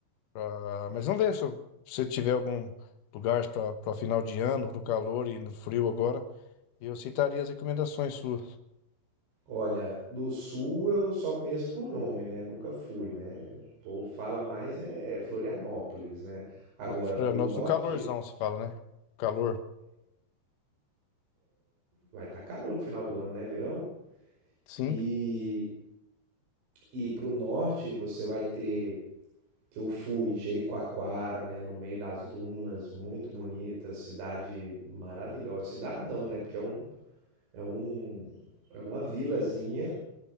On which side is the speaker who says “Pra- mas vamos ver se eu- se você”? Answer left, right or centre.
Left